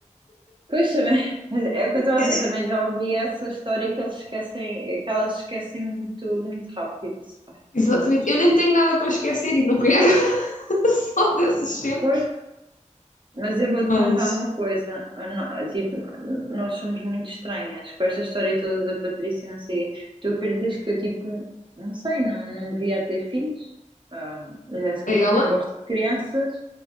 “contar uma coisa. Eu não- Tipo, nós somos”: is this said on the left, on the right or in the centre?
Right